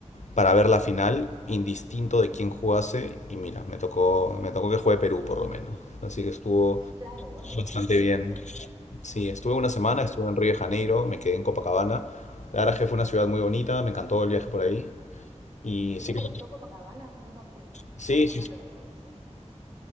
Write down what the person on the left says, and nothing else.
para ver la final, indistinto de quién jugase, y mira, me tocó, me tocó que juegue Perú por lo menos. Así que estuvo
bastante bien.
Sí, estuve una semana, estuve en Río de Janeiro, me quedé en Copacabana. La verdad es que fue una ciudad muy bonita, me encantó el viaje por ahí. Y
sí,
que-
sí,